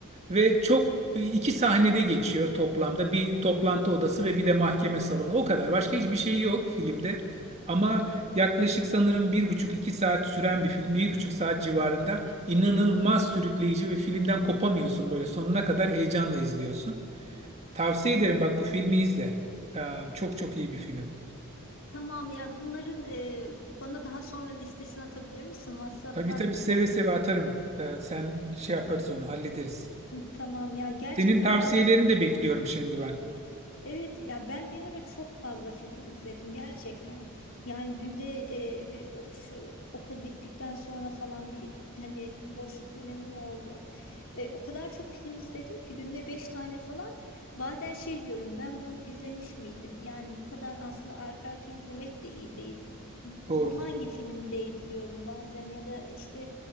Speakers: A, on the right; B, on the left.
A: ve çok e, iki sahnede geçiyor toplamda. Bir toplantı odası ve bir de mahkeme salonu. O kadar. Başka hiçbir şey yok filmde. Ama yaklaşık sanırım bir buçuk iki saat süren bir film, bir buçuk saat civarında inanılmaz sürükleyici ve filmden kopamıyorsun böyle sonuna kadar heyecanla izliyorsun. Tavsiye ederim bak bu filmi izle. Ee, çok çok iyi bir film.
B: Tamam ya bunların e, bana daha sonra listesini atabilir misin WhatsApp'tan?
A: Tabii tabii
B: E,
A: seve seve atarım. Ee, sen şey yaparız onu hallederiz.
B: e, tamam ya gerçekten
A: Senin tavsiyelerini
B: ben
A: de bekliyorum şimdi ben.
B: Evet ya ben bir ara çok fazla film izledim gerçekten. Yani günde e, bir o- şu okul bittikten sonra falan bir hani boşluk dönemim oldu. E, o kadar çok film izledim ki günde beş tane falan. Bazen şey diyorum ben bunu izlemiş miydim? Yani bu kadar aslında arka arka izlemek de iyi değil.
A: Doğru.
B: Bu hangi filmdeydi diyorum bazen ya da işte